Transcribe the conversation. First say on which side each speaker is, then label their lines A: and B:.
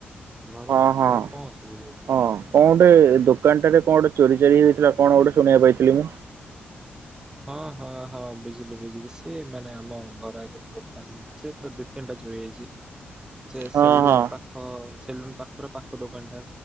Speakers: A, on the right; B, on the right.
A: ଘର
B: ହଁ
A: ପାଖରେ
B: ହଁ
A: କଣ ଅସୁବିଧା ହେଇଥିଲା?
B: ହଁ କଣ ଗୋଟେ ଦୋକାନଟାରେ କଣ ଗୋଟେ ଚୋରି ଚାରି ହେଇଥିଲା କଣ ଗୋଟେ ଶୁଣିବାକୁ ପାଇଥିଲି ମୁଁ
A: ହଁ ହଁ ହଁ ବୁଝିଲି ବୁଝିଲି ସିଏ ମାନେ ଆମ ଘର ଆଗରେ ଦୋକାନ ତାର ଦି ତିନିଟା ଚୋରି ହେଇଥିଲା। ସେ
B: ହଁ
A: ସେଲୁନ୍
B: ହଁ
A: ପାଖ ସେଲୁନ ପାଖର ପାଖ ଦୋକାନଟା